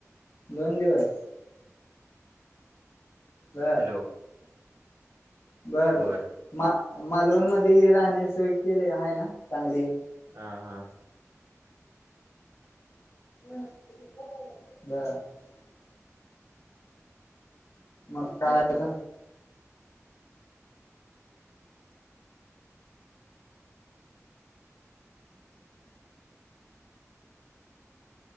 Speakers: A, on the left; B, on the right.
A: दोन दिवस. हा.
B: हॅलो
A: बर
B: होय
A: मा मालवण म हे राहणे सोय केले आहे ना चांगली
B: हा हा.
A: <unintelligible> म कायज